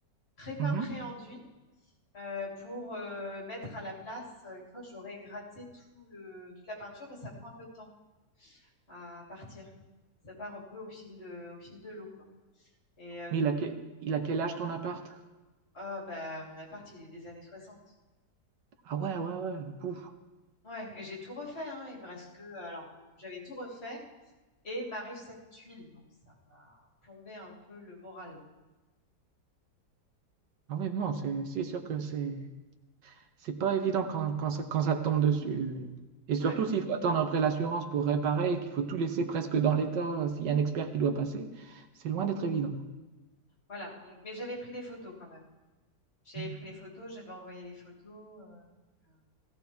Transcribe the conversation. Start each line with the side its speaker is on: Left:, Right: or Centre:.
Left: pré-peint,
Right: Mhm.
Left: pré-enduit euh, pour euh, mettre à la place euh, une fois que j'aurai gratté tout le, toute la peinture, mais ça prend un peu de temps à partir. Ça part un peu au fil de, au fil de l'eau, quoi. Et euh,
Right: Mais il a, que- il a quel âge ton appart?
Left: oh, bah, mon appart, il est des années soixante
Right: Ah ouais, ouais, ouais. pouf.
Left: Ouais, et j'ai tout refait, hein. Il me reste que. Alors, bon, j'avais tout refait et m'arrive cette tuile. Donc, ça m'a plombé un peu le moral.
Right: Ah ouais, non, c'est c'est sûr que c'est c'est pas évident quand, quand, ça, quand ça te tombe dessus. Et surtout
Left: Ouais,
Right: s'il faut attendre après l'assurance pour réparer et qu'il faut tout laisser presque dans l'état, euh, s'il y a un expert qui doit passer, c'est loin d'être évident.
Left: voilà. Donc, mais j'avais pris des photos quand même. J'avais
Right: Mhm.
Left: pris les photos, j'avais envoyé les photos. euh, euh,